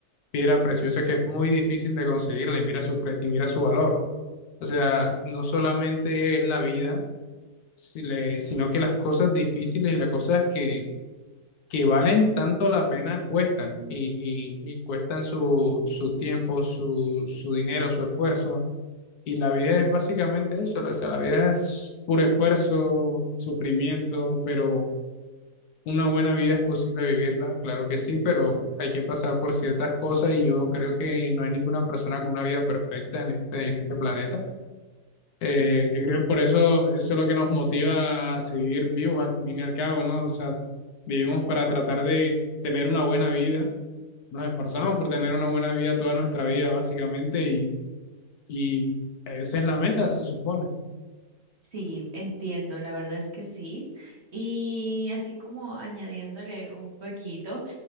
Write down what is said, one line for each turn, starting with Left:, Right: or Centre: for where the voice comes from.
Left: piedra preciosa que es muy difícil de conseguirla y mira su, pre- y mira su valor. O sea, no solamente es la vida, si le- sino que las cosas difíciles y las cosas que que valen tanto la pena cuestan y, y- y cuestan su, su tiempo, su, su dinero, su esfuerzo. Y la vida es básicamente eso, o sea, la vida es puro esfuerzo, sufrimiento, pero una buena vida es posible vivirla, claro que sí, pero hay que pasar por ciertas cosas y yo creo que no hay ninguna persona con una vida perfecta en este, en este planeta. Eh, yo creo que por eso, eso es lo que nos motiva a seguir vivos al fin y al cabo, ¿no? O sea, vivimos para tratar de tener una buena vida, nos esforzamos por tener una buena vida toda nuestra vida, básicamente, y, y esa es la meta, se supone.
Right: Sí, entiendo, la verdad es que sí. Y así como añadiéndole un poquito,